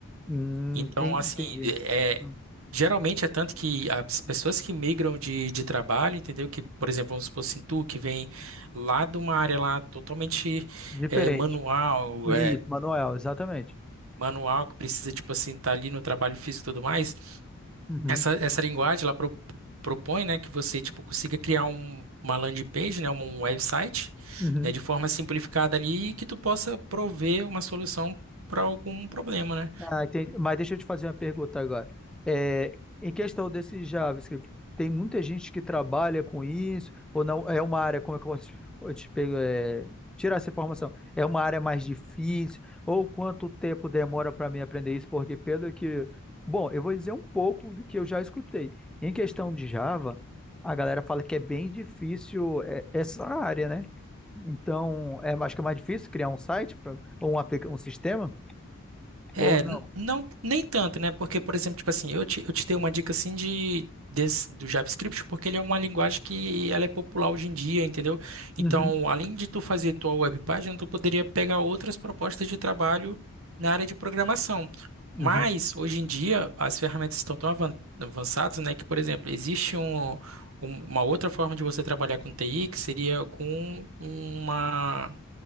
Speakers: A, in the centre; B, on the right.
A: Hum,
B: Então,
A: enten-
B: assim,
A: entendi.
B: é,
A: Hum,
B: geralmente é tanto que as pessoas que migram de, de trabalho, entendeu? Que, por exemplo, vamos supor assim, tu que vem lá de uma área lá totalmente
A: Diferente.
B: é, manual,
A: Isso,
B: é,
A: manual, exatamente.
B: manual que precisa, tipo assim, estar ali no trabalho físico e tudo mais.
A: Uhum,
B: Essa, essa linguagem ela pro- propõe, né, que você tipo consiga criar um, uma landing page, né, um um website,
A: uhum.
B: né, de forma simplificada ali e que tu possa prover uma solução para algum problema, né?
A: Ah, entendi. Mas deixa eu te fazer uma pergunta agora. É, em questão desse JavaScript, tem muita gente que trabalha com isso, ou não? É uma área, como é que eu posso te, eu te pego- é, tirar essa informação? É uma área mais difícil? Ou quanto tempo demora para mim aprender isso? Porque pelo que. Bom, eu vou dizer um pouco do que eu já escutei. Em questão de Java, a galera fala que é bem difícil é, essa área, né? Então, é, acho que é mais difícil criar um site pra, ou um, aplica- um sistema,
B: É,
A: ou não?
B: n- não, nem tanto, né? Porque, por exemplo, tipo assim, eu te, eu te dei uma dica assim de desse, do JavaScript, porque ele é uma linguagem que ela é popular hoje em dia, entendeu?
A: Uhum.
B: Então, além de tu fazer tua web página, tu poderia pegar outras propostas de trabalho na área de programação. Mas,
A: Uhum,
B: hoje em dia, as ferramentas estão tão avan- avançadas, né? Que, por exemplo, existe um, um- uma outra forma de você trabalhar com TI, que seria com uma